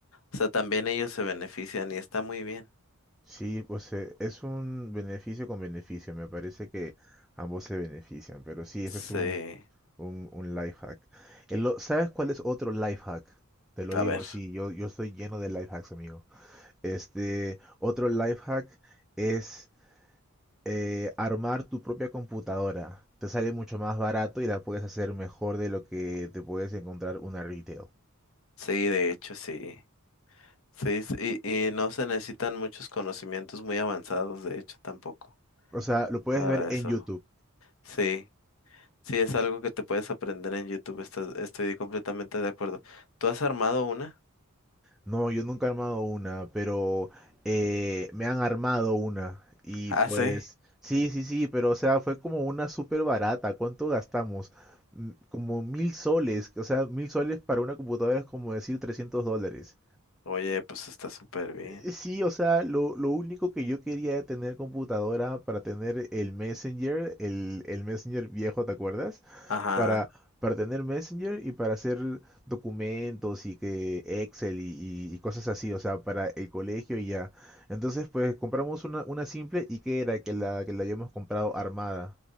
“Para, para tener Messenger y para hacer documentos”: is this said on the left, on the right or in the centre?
Centre